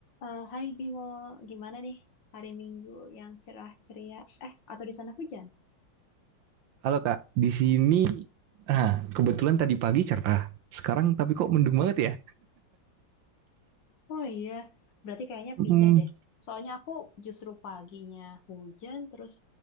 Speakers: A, on the left; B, on the right.
A: Eh, hai Bimo, gimana nih hari Minggu yang cerah ceria? Eh, atau di sana hujan?
B: Halo Kak, di sini nah, kebetulan tadi pagi cerah. Sekarang tapi kok mendung banget ya?
A: Oh iya, berarti kayaknya
B: Mm,
A: pindah deh. Soalnya aku justru paginya hujan, terus